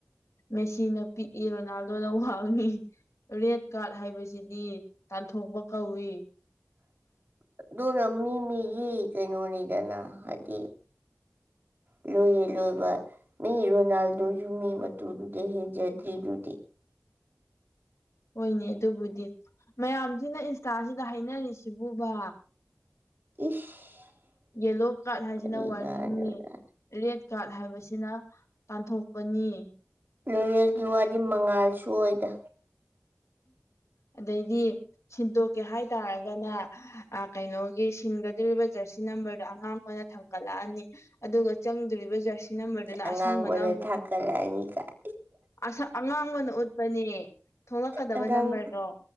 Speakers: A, on the left (about 75°); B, on the right (about 45°).
A: ꯃꯦꯁꯤꯅ ꯄꯤꯛꯏ ꯔꯣꯅꯥꯜꯗꯣꯅ ꯋꯥꯡꯉꯤ ꯔꯦꯠ ꯀꯥꯔꯠ ꯍꯥꯏꯕꯁꯤꯗꯤ ꯇꯥꯟꯊꯣꯛꯄ ꯀꯧꯏ
B: ꯑꯗꯨꯅ ꯃꯤ ꯃꯤꯒꯤ ꯀꯩꯅꯣꯅꯤꯗꯅ ꯍꯥꯏꯗꯤ ꯂꯣꯏꯌꯦꯜ ꯂꯣꯏꯕ ꯃꯤ ꯔꯣꯅꯥꯜꯗꯣꯖꯨ ꯃꯤ ꯃꯇꯨꯗꯨꯗꯩ ꯍꯦꯟꯖꯗ꯭ꯔꯤꯗꯨꯗꯤ
A: ꯍꯣꯏꯅꯦ ꯑꯗꯨꯕꯨꯗꯤ ꯃꯌꯥꯝꯁꯤꯅ ꯏꯟꯁꯇꯥꯁꯤꯗ ꯍꯥꯏꯅꯔꯤꯁꯤꯕꯨꯕꯥ
B: ꯏꯁ
A: ꯌꯦꯂꯣ ꯀꯥꯠ ꯍꯥꯏꯁꯤꯅ
B: ꯀꯔꯤ
A: ꯋꯥꯔꯅꯤꯡꯅꯤ
B: ꯀꯥꯟꯅꯕꯗ
A: ꯔꯦꯠ ꯀꯥꯠ ꯍꯥꯏꯕꯁꯤꯅ ꯇꯥꯟꯊꯣꯛꯄꯅꯤ
B: ꯂꯣꯌꯦꯜꯒꯤ ꯋꯥꯗꯤ ꯃꯉꯥꯜꯁꯨ ꯑꯣꯏꯗ
A: ꯑꯗꯩꯗꯤ ꯁꯤꯟꯗꯣꯛꯀꯦ ꯍꯥꯏꯇꯥꯔꯒꯅ ꯑ ꯀꯩꯅꯣꯒꯤ ꯁꯤꯟꯒꯗꯣꯔꯤꯕ ꯖ꯭ꯔꯁꯤ ꯅꯝꯕ꯭ꯔꯗꯣ ꯑꯉꯥꯡꯕꯅ ꯊꯥꯡꯀꯠꯂꯛꯑꯅꯤ ꯑꯗꯨꯒ ꯆꯪꯗꯣꯔꯤꯕ ꯖ꯭ꯔꯁꯤ ꯖ꯭ꯔꯁꯤ ꯅꯝꯕ꯭ꯔꯗꯨꯅ
B: ꯑꯉꯥꯡꯕꯗ
A: ꯑꯁꯪꯕꯅ ꯑꯃꯨꯛ
B: ꯊꯥꯡꯀꯠꯂꯛꯑꯅꯤ ꯀꯥꯏ
A: ꯑꯁꯪ ꯑꯉꯥꯡꯕꯅ ꯎꯠꯄꯅꯦ ꯊꯣꯛꯂꯛꯀꯗꯕ
B: ꯑꯉꯥꯡ
A: ꯅꯝꯕ꯭ꯔꯗꯣ